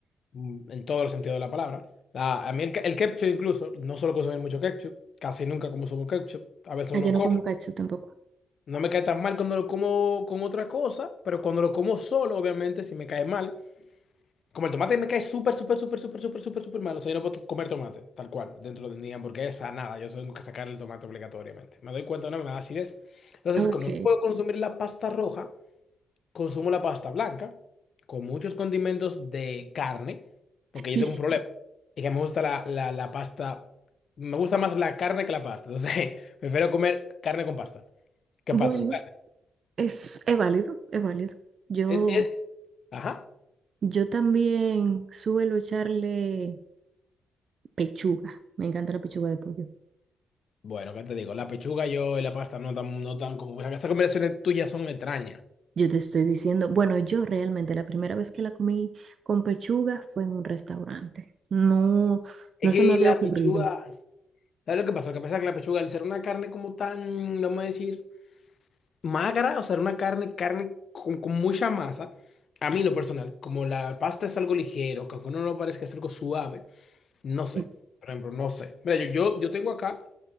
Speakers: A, on the left (about 60°); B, on the right (about 60°).
A: mm, en todos los sentidos de la palabra. La- a mí el, ke- el ketchup incluso, no solo consumir mucho ketchup, casi nunca consumo ketchup, a veces
B: Ah, yo
A: lo
B: no
A: como.
B: como cacho tampoco.
A: No me cae tan mal cuando lo como con otra cosa, pero cuando lo como solo, obviamente, si me cae mal. Como el tomate me cae súper, súper, súper, súper, súper, súper, súper mal. O sea, yo no puedo comer tomate, tal cual, dentro de mi hamburguesa, nada. Yo tengo que sacar el tomate obligatoriamente. Me doy cuenta, no me da acidez. Entonces,
B: Ok.
A: como no puedo consumir la pasta roja, consumo la pasta blanca con muchos condimentos de carne, porque
B: <laughs>
A: yo tengo un problema. Y que me gusta la, la, la pasta, me gusta más la carne que la pasta. Entonces, <laughs> prefiero comer carne con pasta que
B: Bueno,
A: pasta con carne.
B: es, es válido, es válido. Yo,
A: Es- es- Ajá.
B: yo también suelo echarle pechuga. Me encanta la pechuga de pollo.
A: Bueno, ¿qué te digo? La pechuga yo y la pasta no tan, no tan como... Esas combinaciones tuyas son extrañas.
B: Yo te estoy diciendo, bueno, yo realmente la primera vez que la comí con pechuga fue en un restaurante. No,
A: Es
B: no
A: que
B: se me había
A: la
B: ocurrido.
A: pechuga, ¿sabes lo que pasa? Lo que pasa es que la pechuga, al ser una carne como tan, vamos a decir, magra, o sea, una carne, carne con, con mucha masa, a mí en lo personal, como la pasta es algo ligero, que aunque uno no lo parezca es algo suave, no sé,
B: O-
A: por ejemplo, no sé. Mira, yo, yo, yo tengo acá,